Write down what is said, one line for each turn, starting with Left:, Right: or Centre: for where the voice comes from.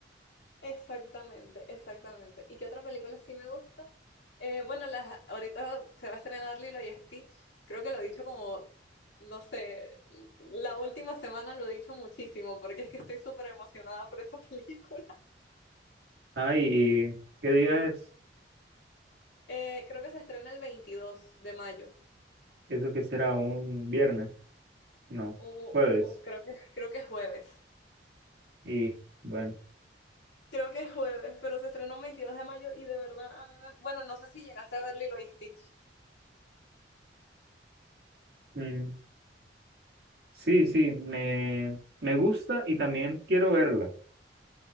Left: Exactamente, exactamente. ¿Y qué otra película sí me gusta? Eh, bueno, las, ahorita se va a estrenar Lilo y Stitch. Creo que lo he dicho como, no sé, la última semana lo he dicho muchísimo porque es que estoy súper emocionada por esa <laughs> película.
Right: Ay, ¿y qué día es?
Left: Eh, creo que se estrena el 22 de mayo.
Right: ¿Eso que será un viernes? No,
Left: O,
Right: jueves.
Left: o creo que, creo que es jueves.
Right: Y bueno,
Left: Creo que es jueves, pero se estrenó el 22 de mayo y de verdad a mí me... Bueno, no sé si llegaste a ver Lilo y Stitch.
Right: mm, sí, sí, me, me gusta y también quiero verla,